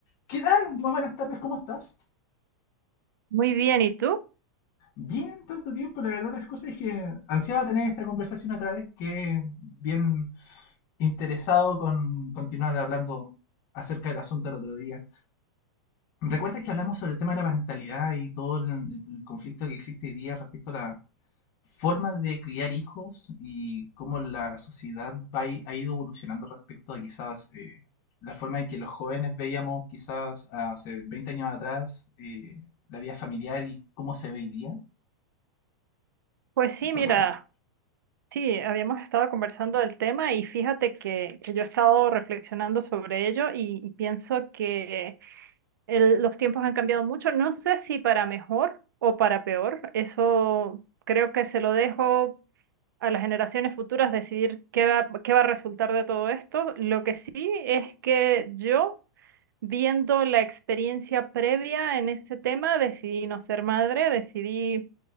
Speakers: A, on the left; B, on the right.
A: ¿Qué tal? Muy buenas tardes, ¿cómo estás?
B: Muy bien, ¿y tú?
A: Bien, tanto tiempo. La verdad, las cosas es que ansiaba tener esta conversación otra vez, que bien interesado con continuar hablando acerca del asunto el otro día. ¿Recuerdas que hablamos sobre el tema de la parentalidad y todo el, el conflicto que existe hoy día respecto a la, formas de criar hijos y cómo la sociedad va, i- ha ido evolucionando respecto a quizás eh, la forma en que los jóvenes veíamos quizás hace 20 años atrás eh, la vida familiar y cómo se ve hoy día,
B: Pues sí,
A: ¿recuerdas?
B: mira, sí, habíamos estado conversando del tema y fíjate que, que yo he estado reflexionando sobre ello y, y pienso que el- los tiempos han cambiado mucho. No sé si para mejor o para peor. Eso creo que se lo dejo a las generaciones futuras decidir qué va, qué va a resultar de todo esto. Lo que sí es que yo, viendo la experiencia previa en ese tema, decidí no ser madre, decidí